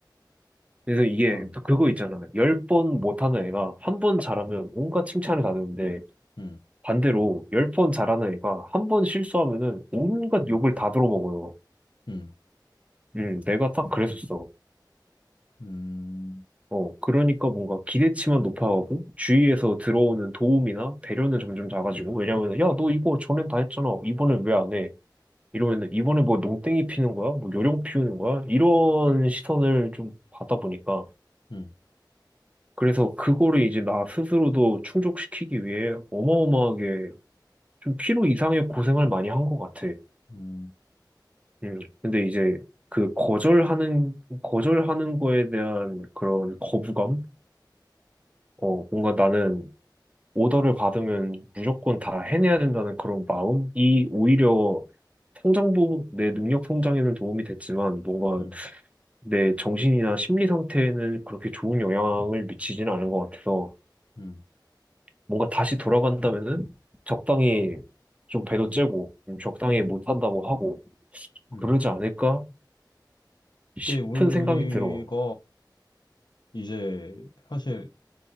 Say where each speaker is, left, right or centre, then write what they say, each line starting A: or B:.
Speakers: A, on the right; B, on the left.
A: 그래서 이게
B: 참.
A: 또 그거 있잖아. 열 번 못하는 애가 한 번 잘하면 온갖 칭찬을 받는데
B: 음,
A: 반대로 열 번 잘하는 애가 한 번 실수하면은 온갖
B: 음,
A: 욕을 다 들어먹어요.
B: 음.
A: 음, 내가 딱 그랬었어.
B: 음,
A: 어, 그러니까 뭔가 기대치만 높아가고 주위에서 들어오는 도움이나 배려는 점점 작아지고 왜냐면 야, 너
B: 음,
A: 이거 전엔 다 했잖아. 이번엔 왜 안 해? 이러면 이번에 뭐 농땡이 피는 거야? 뭐 요령 피우는 거야? 이런 시선을 좀 받다 보니까
B: 음,
A: 그래서 그거를 이제 나 스스로도 충족시키기 위해 어마어마하게 좀 필요 이상의 고생을 많이 한 것 같아.
B: 음,
A: 음. 근데 이제 그 거절하는 거절하는 거에 대한 그런 거부감? 어, 뭔가 나는 오더를 받으면 무조건 다 해내야 된다는 그런 마음이 오히려 성장부 내 능력 성장에는 도움이 됐지만 뭔가
B: 음,
A: 내 정신이나 심리 상태에는 그렇게 좋은 영향을 미치지는 않은 것 같아서
B: 음,
A: 뭔가 다시 돌아간다면은 적당히 좀 배도 째고 좀 적당히 못한다고 하고
B: 음.
A: 그러지 않을까 싶은
B: 근데 우리가
A: 생각이 들어.
B: 이제 사실